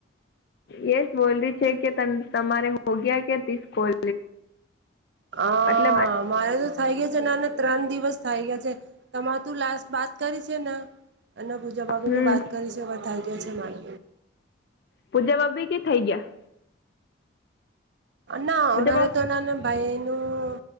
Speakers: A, on the left (about 55°); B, on the right (about 60°).
A: યસ બોલ છે કે તમારે હો ગયા કે <unintelligible> કોલ
B: હ
A: એટલે
B: મારે તો થઇ ગય છે નેના ત્રણ દિવસ થઈ ગયા છે તમારે તું લાસ્ટ બાત કરી છે ને અને પૂજાભાભી
A: હમ
B: ન બાત કરી છે. <unintelligible> થાય ગયા છે મારે
A: પૂજાભાભી કે થઈ ગયા
B: ના
A: પૂજા
B: અમારે
A: ભાભી
B: તો ના ભાઈનું